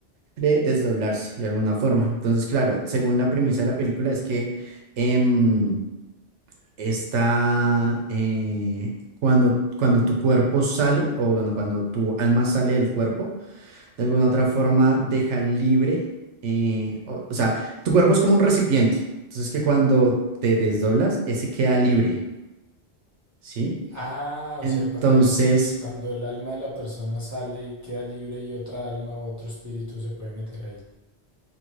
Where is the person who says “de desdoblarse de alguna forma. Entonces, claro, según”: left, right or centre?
Right